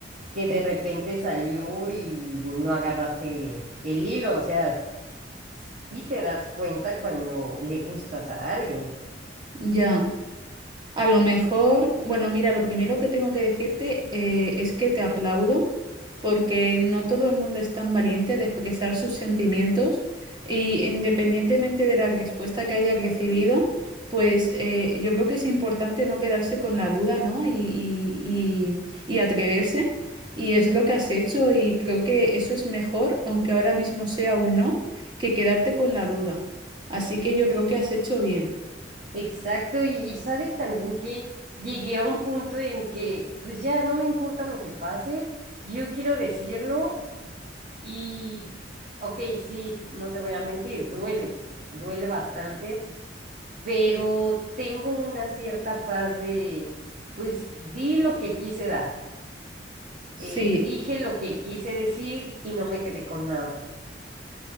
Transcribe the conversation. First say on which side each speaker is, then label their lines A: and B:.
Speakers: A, on the right (about 45°); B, on the right (about 25°).
A: que de repente salió y no agarraste el hilo, o sea, y te das cuenta cuando le gustas a alguien.
B: Ya. A lo mejor, bueno, mira, lo primero que tengo que decirte eh, es que te aplaudo porque no todo el mundo es tan valiente de expresar sus sentimientos y independientemente de la respuesta que haya recibido, pues eh, yo creo que es importante no quedarse con la duda, ¿no? Y, y, y, y atreverse y es lo que has hecho y creo que eso es mejor, aunque ahora mismo sea un no, que quedarte con la duda. Así que yo creo que has hecho bien.
A: Exacto, y, y sabes también que llegué a un punto en que, pues ya no me importa lo que pase, yo quiero decirlo. Y, ok, sí, no te voy a mentir, duele, duele bastante, pero tengo una cierta paz de, pues di lo que quise dar,
B: Sí.
A: eh, dije lo que quise decir y no me quedé con nada.